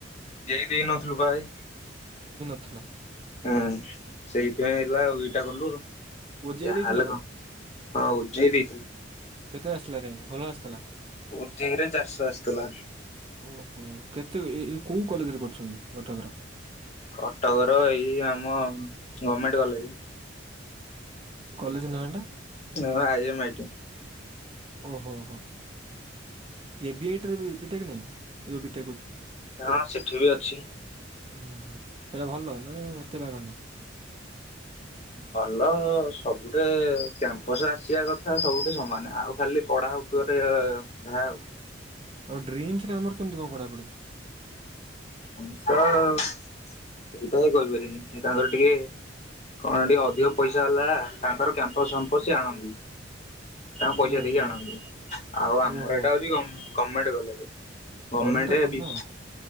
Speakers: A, on the left; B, on the right.
A: ଯେଇ ଦେଇ ନଥିଲୁ ଭାଇ।
B: ନ ଥିଲା।
A: ହଁ ସେଇ ଏଥିପାଇଁ ହେଲା ଆଉ ଏଇଟା କଲୁ
B: ଓଜେଇ
A: ଯାହାହାଲ
B: ଦେଇଥିଲ
A: କଣ, ହଁ ଓଜେଇ ଦେଇଥିଲ।
B: କେତେ ଆସିଲା ରେଙ୍କ ଭଲ ଆସିଥିଲା?
A: ଉଜେଇ ରେ ଚାରିଶହ ଆସିଥିଲା
B: ଓହୋ କେତେ ଏ ଏ କଉ କଲେଜରେ କରୁଚ କି କଟକର?
A: କଟକର ଏଇ ଆମ ଗମେଣ୍ଟ କଲେଜ।
B: କଲେଜ ନାଟା?
A: ହଁ ଆଇ ଏମ ଆଇ ଟି।
B: ଓହୋ ହୋ, ଏବି ଆଇ ଟିରେ ବି ବିଟେକ ନାଇଁ, ଯୋଉ ବି
A: ହଁ ସେଠି ବି ଅଛି।
B: ହୁଁ ହୁଁ, ସେଇଟା ଭଲ ନା ଏତେ ବାଗ ନୁହଁ?
A: ଭଲ ସବୁଠେ କ୍ୟାମ୍ପସ ଆସିବା କଥା ସବୁଠ ସମାନ ଆଉ ଖାଲି ପଢା ଉପରେ ଟିକେ ଯାହା ଆଉ।
B: ଆଉ ଡ୍ରିମ୍ସରେ ଆମର କେମତି କଣ ପଢା ପଢି?
A: <unintelligible> ସେଇଟା ହିଁ କହିପାରିବିନି, ସେ ତାଙ୍କର ଟିକେ କଣ ଟିକେ ଅଧିକ ପଇସା ହେଲା ତାଙ୍କର କ୍ୟାମ୍ପସ ଫମ୍ପସ୍ ସି ଆଣନ୍ତି। ତା ପଇସା
B: ଓହୋ
A: ଦେଇକି ଆଣନ୍ତି, ଆଉ ଆମର
B: ଓହୋ
A: ଏଇଟା ହଉଛି ଗମ୍ ମେଣ୍ଟ କଲେଜେ। ଗମେଣ୍ଟ
B: ଗଭର୍ଣ୍ଣମେଣ୍ଟ ଟା ଭଲ
A: ବି
B: ଆଉ